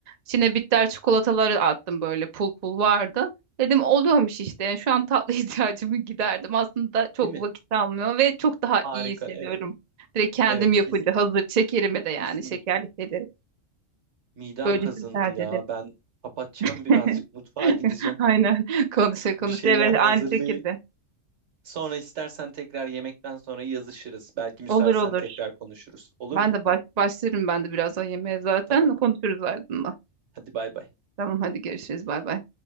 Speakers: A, on the right; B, on the right.
A: İçine bitter çikolataları attım böyle pul pul vardı. Dedim oluyormuş işte. Yani şu an tatlı <laughs> ihtiyacımı giderdim. Aslında çok
B: Değil mi?
A: vakit almıyor ve çok daha
B: Harika.
A: iyi hissediyorum.
B: Evet.
A: Direkt kendim
B: Evet,
A: yapınca
B: kesin
A: hazır şekerimi de yani
B: kesinlikle.
A: şekerli şeyleri.
B: Midem
A: Böylesini
B: kazındı
A: tercih
B: ya.
A: ederim.
B: Ben kapatacağım
A: <laughs>
B: <laughs> birazcık mutfağa gideceğim.
A: Aynen konuşa
B: <laughs>
A: konuşa
B: Bir şeyler
A: evet
B: hazırlayıp
A: aynı şekilde.
B: sonra istersen tekrar yemekten sonra yazışırız. Belki müsaitsen
A: Olur olur.
B: tekrar konuşuruz. Olur
A: Ben
B: mu?
A: de baş, başlarım ben de birazdan yemeğe zaten.
B: Tamam.
A: Konuşuruz ardından.
B: Hadi bay bay.
A: Tamam hadi görüşürüz. Bay bay.